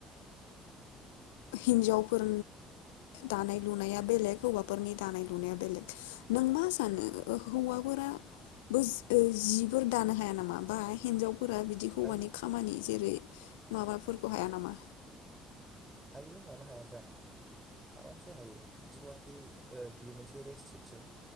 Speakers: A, on the left; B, on the right.
A: हिनजावफोरा दानाय लुनाया बेलेग हौवाफोरनि दानाय लुनाया बेलेग, नों मा सानो हौवाफोराबो जिफोर दानो हाया नामा? बा हिनजाव फोर बिदि हौवानि
B: हायो
A: खामानि जेरै माबा फुलखौ हाया नामा?
B: हायो मानो हाया जानो? आरामसे हायो बिदि नङाखि बियो मोनसे रेस्ट्रिकसन